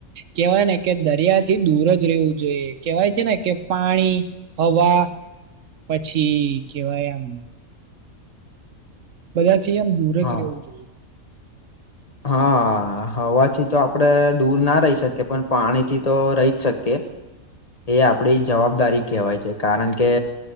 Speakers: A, on the right (about 65°); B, on the left (about 30°).
A: કેવાય ને કે દરિયા થી દૂર જ રવું જોઈએ કેવાય છે ને કે પાણી, હવા પછી કેવાય એમ બધા તીઆમ દૂર
B: હા
A: જ રહેવું જોઈએ
B: હા હવાથી તો આપડે દૂર ના રહી શકીએ પણ પાણી થી તો રહી શકે એ આપડી જવાબદારી કહેવાય છે કારણ કે